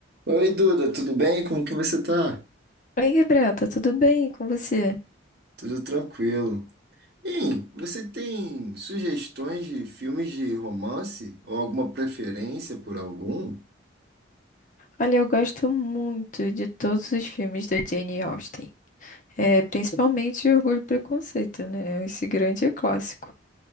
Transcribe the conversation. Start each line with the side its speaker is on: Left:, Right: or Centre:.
Right: Oi, Duda, tudo bem? Como que você tá?
Left: Oi, Gabriel, tá tudo bem com você?
Right: Tudo tranquilo. Hein, você tem sugestões de filmes de romance? Ou alguma preferência por algum?
Left: Olha, eu gosto muito de todos os filmes da Jane Austen. É, principalmente Orgulho e Preconceito, né? Esse grande clássico.